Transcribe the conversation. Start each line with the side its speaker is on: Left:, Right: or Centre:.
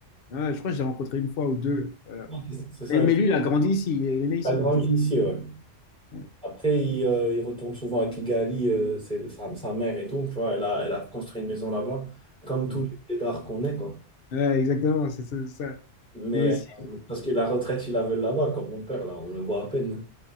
Left: Ouais, je crois que je l'ai rencontré une fois ou deux. Voilà.
Centre: Non, C'est c'est ça,
Left: Mais, mais
Centre: il
Left: lui, il a grandi ici. Il est né ici,
Centre: a grandi
Left: non? je-
Centre: ici, ouais.
Left: Ouais,
Centre: Après, il, euh, il retourne souvent à Kigali, euh, c'est sa, sa mère et tout, tu vois, elle a, elle a construit une maison là-bas, comme tous
Left: Mm.
Centre: les plaidards qu'on est, quoi.
Left: Ouais, exactement, c'est ça. c'est ça.
Centre: Mais
Left: Nous aussi.
Centre: euh, parce que la retraite, ils la veulent là-bas, comme mon père, là, on le voit à peine. hein.